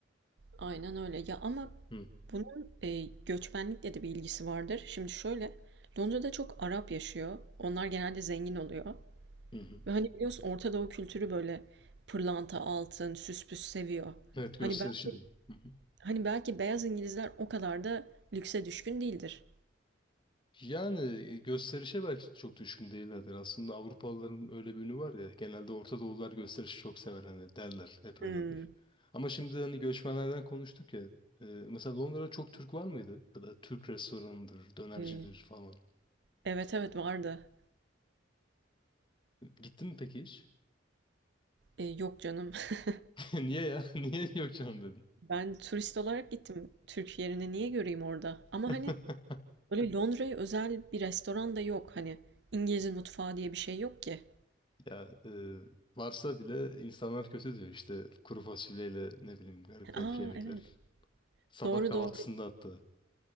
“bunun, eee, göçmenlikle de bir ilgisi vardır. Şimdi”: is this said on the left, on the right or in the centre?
Right